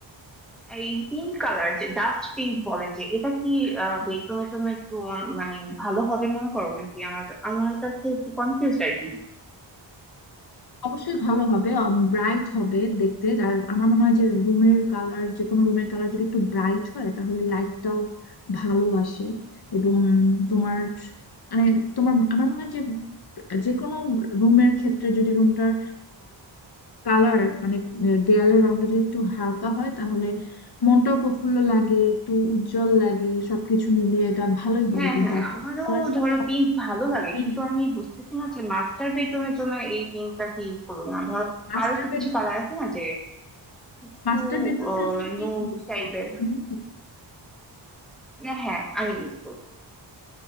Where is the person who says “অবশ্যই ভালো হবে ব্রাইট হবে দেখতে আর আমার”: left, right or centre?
Left